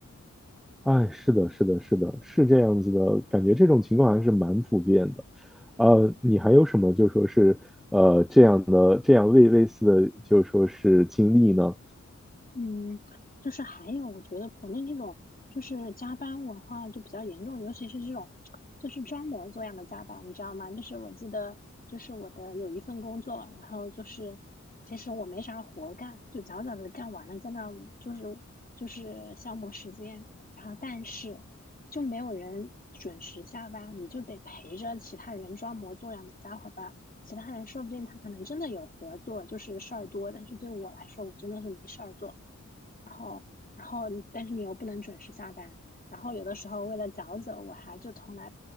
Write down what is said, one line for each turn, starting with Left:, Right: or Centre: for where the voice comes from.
Centre: 哎，是的，是的，是的，是这样子的，感觉这种情况还是蛮普遍的。呃，你还有什么就说是呃这样的这样类类似的就说是经历呢？
Left: 嗯，就是还有，我觉得国内那种就是加班文化就比较严重，尤其是这种就是装模作样的加班，你知道吗？就是我记得，就是我的有一份工作，然后就是其实我没啥活干，就早早的干完了，在那儿就是就是消磨时间，然后但是就没有人准时下班，你就得陪着其他人装模作样的加会儿班。其他人说不定他可能真的有活做，就是事儿多，但是对我来说，我真的是没事儿做。然后，然后你但是你又不能准时下班，然后有的时候为了早走，我还就从来，